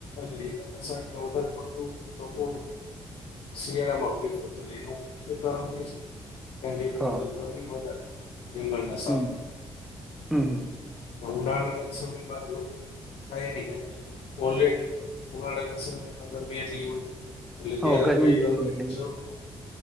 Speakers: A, on the left (about 75°); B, in the centre.
A: કરીંગણના શાકને વધારે પડતું લોકો શિયાળામાં પ્રફર કરે એનું મુખ્ય કારણ એ છે. કારણ કે એની
B: હા
A: અંદર ગરણી વધારે હો રીંગણના સાધમાં
B: હમ હમ હમ
A: ઉનાળાના સમયમાં લોકો થાય નહી કારણકે ઓલરેડી ઉનાળાના સમયમાં ગરમી એટલી હોય. એટલે
B: હ
A: ત્યારે
B: ગરમી
A: તો કઈ
B: એટલી
A: <unintelligible> જરૂર
B: હોય એટલે
A: ન હોય